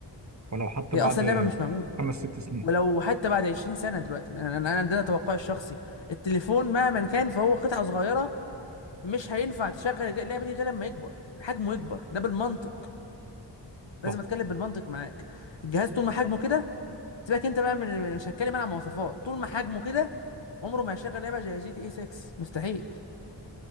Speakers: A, on the right (about 40°); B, on the left (about 75°).
A: ولو حتى
B: هي
A: بعد
B: اصلا اللعبه مش معموله
A: خمس ست سنين
B: ولو حتى بعد 20 سنة دلوقتي انا انا أنا ده توقعي الشخصي التليفون مهما كان فهو قطعة صغيرة مش هينفع تشغل الج- اللعبة دي غير لما يكبر حجمه يكبر ده بالمنطق لازم
A: صح
B: اتكلم بالمنطق معاك الجهاز طول ما حجمه كده سيبك انت بقى من من- مش هتكلم انا عن مواصفات طول ما حجمه كده عمره ما هيشغل لعبة زي جي تي اي 6 مستحيل